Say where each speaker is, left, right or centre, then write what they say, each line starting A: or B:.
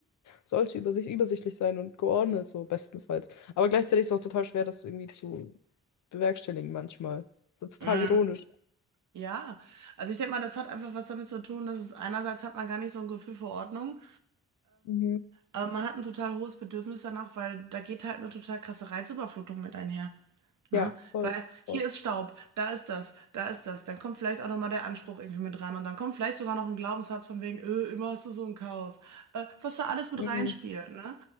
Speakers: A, on the left; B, on the right.
A: sollte übersicht, übersichtlich sein und geordnet, so bestenfalls. Aber gleichzeitig ist es auch total schwer, das irgendwie zu bewerkstelligen manchmal. Das ist
B: mm.
A: total ironisch.
B: Ja, also ich denke mal, das hat einfach was damit zu tun, dass es einerseits hat man gar nicht so ein Gefühl für Ordnung,
A: Mhm.
B: aber man hat ein total hohes Bedürfnis danach, weil da geht halt eine total krasse Reizüberflutung mit einher. Ne?
A: Ja, voll,
B: Weil hier
A: voll.
B: ist Staub, da ist das, da ist das, dann kommt vielleicht auch nochmal der Anspruch irgendwie mit rein und dann kommt vielleicht sogar noch ein Glaubenssatz von wegen, äh, immer hast du so ein Chaos, äh, was da alles mit
A: Mhm.
B: reinspielt. Ne?